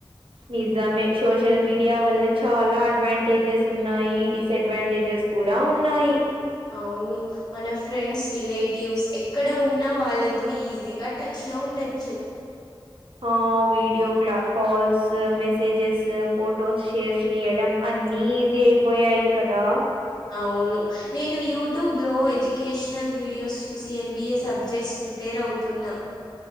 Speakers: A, on the right (about 80°); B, on the left (about 50°).
A: నిజమే సోషల్ మీడియా వల్ల చాలా అడ్వాంటేజెస్ ఉన్నాయి డిస్ అడ్వాంటేజెస్ కూడా ఉన్నాయి
B: అవును మన ఫ్రెండ్స్ రిలేటివ్స్ ఎక్కడ ఉన్నా వాళ్ళతో ఈజీగా టచ్ లో ఉండొచ్చు
A: ఆ వీడియో క్లా కాల్స్ మెసేజెస్ ఫొటోస్ షేర్ చెయడం అన్ని ఈజీ అయిపోయాయి కదా
B: అవును నేను యూట్యూబ్లో ఎడ్యుకేషనల్ వీడియోస్ చూసి ఎంబీఏ సబ్జెక్ట్స్ ప్రిప్ ర్ అవుతున్న